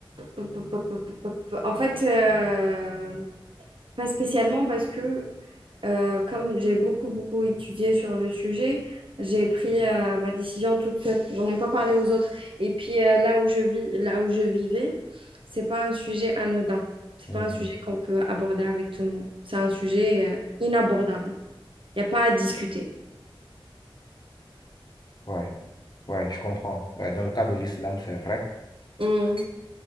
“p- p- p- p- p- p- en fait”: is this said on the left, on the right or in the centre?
Right